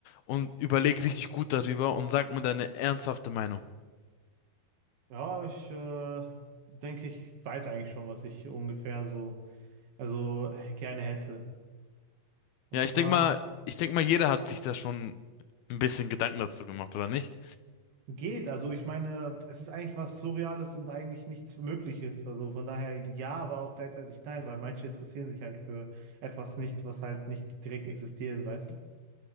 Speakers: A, on the left (about 80°); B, on the right (about 75°).
A: und überleg richtig gut darüber und sag mir deine ernsthafte Meinung.
B: Ja, ich äh, denke, ich weiß eigentlich schon, was ich ungefähr so, also gerne hätte. Und
A: Ja,
B: zwar
A: ich denk mal, ich denk mal, jeder hat sich da schon ein bisschen Gedanken dazu gemacht, oder nicht?
B: Geht, also ich meine, es ist eigentlich was Surreales und eigentlich nichts Mögliches. Also von daher ja, aber auch gleichzeitig nein, weil manche interessieren sich halt für etwas nicht, was halt nicht direkt existiert, weißt du?